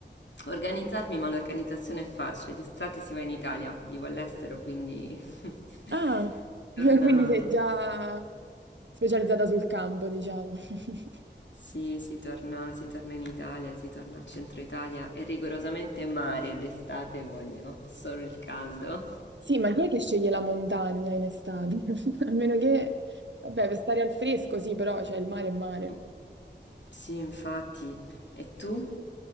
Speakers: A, on the left; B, on the right.
A: organizzarmi, ma l'organizzazione è facile. D'estate si va in Italia, vivo all'estero, quindi <laughs> si
B: Ah, <laughs>
A: torna,
B: quindi sei
A: sì,
B: già specializzata sul campo, diciamo. <laughs>
A: sì, si torna, si torna in Italia, si torna al centro Italia e rigorosamente mare d'estate voglio, solo il caldo.
B: Sì, ma chi è che sceglie la montagna in estate? <laughs> A meno che, vabbè, per stare al fresco, sì, però c'è il mare è mare.
A: Mm, Sì, infatti. E tu?